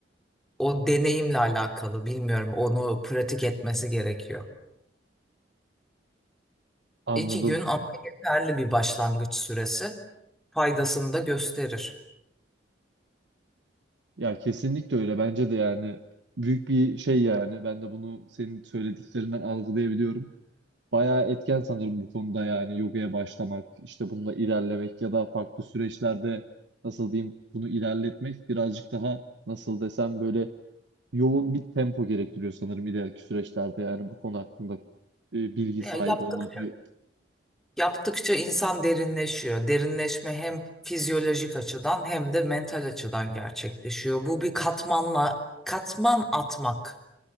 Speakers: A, in the centre; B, on the right.
A: O deneyimle alakalı bilmiyorum onu pratik etmesi gerekiyor.
B: Anladım.
A: İki gün ama yeterli bir başlangıç süresi faydasını da gösterir.
B: Ya kesinlikle öyle. Bence de yani büyük bir şey yani. Ben de bunu senin söylediklerinden algılayabiliyorum. bayağı etken sanırım bu konuda yani yogaya başlamak, işte bununla ilerlemek ya da farklı süreçlerde nasıl diyeyim bunu ilerletmek birazcık daha nasıl desem böyle yoğun bir tempo gerektiriyor sanırım ileriki süreçlerde yani bu konu hakkında e, bilgi
A: Ya
B: sahibi
A: yaptık
B: olmak e,
A: Yaptıkça insan derinleşiyor. Derinleşme hem fizyolojik açıdan hem de mental açıdan gerçekleşiyor. Bu bir katmanla katman atmak